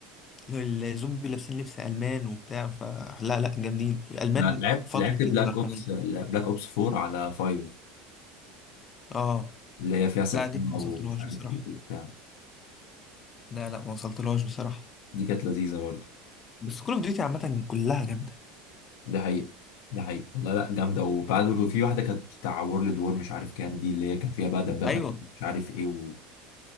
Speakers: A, on the left; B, on the left.
A: الزومبي لابسين لبس ألمان وبتاع فلا لا جامدين الألمان
B: لعبت
A: فترة
B: لعبت بلاك
A: هتلر
B: اوبس
A: كمان
B: بلاك اوبس 4 على 5
A: اه
B: اللي هي فيها سفينة
A: لا دي ما وصلتلهاش
B: ومش عارف
A: بصراحة
B: ايه وبتاع
A: لا لا ما وصلتلهاش بصراحة
B: دي كانت لذيذة برضه
A: بس كل اوف ديوتي عامة كلها جامدة
B: ده حقيقة ده حقيقة لا لا جامدة وبعد في واحدة كانت بتاع وورلد وور مش عارف كام دي اللي هي كان فيها بقى دبابة
A: ايوه
B: مش عارف ايه و...